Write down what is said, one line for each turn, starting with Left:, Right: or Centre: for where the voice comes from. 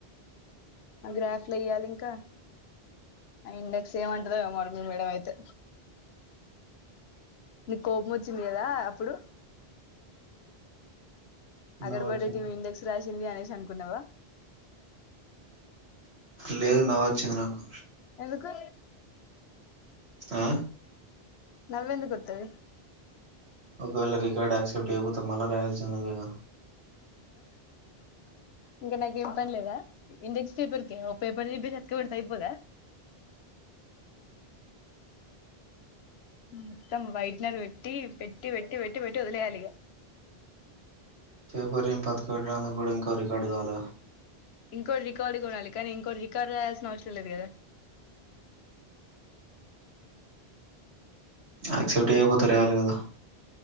Left: ఆ గ్రాఫ్లె య్యాలి ఇంకా ఆ ఇండెక్స్ ఏమంటదో ఆ మరి మీ మేడం అయితే నీకు కోపం వచ్చింది కదా అప్పుడు అగడ్బడితివి
Right: నవ్వొచ్చింది
Left: ఇండెక్స్ రా ఉంది అనేసి అనుకున్నావా
Right: లేదు నవ్వుచ్చింది నాకు
Left: ఎందుకు
Right: ఆ
Left: నవ్వెందుకు ఒత్తది
Right: ఒకవేళ రికార్డ్ యాక్సెప్ట్ చేయకపోతే మల్లా రాయాల్సిందే గా
Left: ఇంకా నాకేం పనిలేదా ఇండెక్స్ పేపర్ పేపర్ ని భేజా డత అయిపోదా మొత్తం వైటినరు పెట్టి పెట్టి పెట్టి పెట్టి పెట్టి వదిలేయాలిగా
Right: పేపర్ ఏం బతక పెట్టడానికి కూడా ఇంక రికార్డు కాాల
Left: ఇంకోటి రికార్డు కొనాలి కానీ ఇంకోటి రికార్డ్ రాయాల్సిన అవసరం లేదు కదా
Right: యాక్సెప్ట్ అవకపోతే రయాలి కదా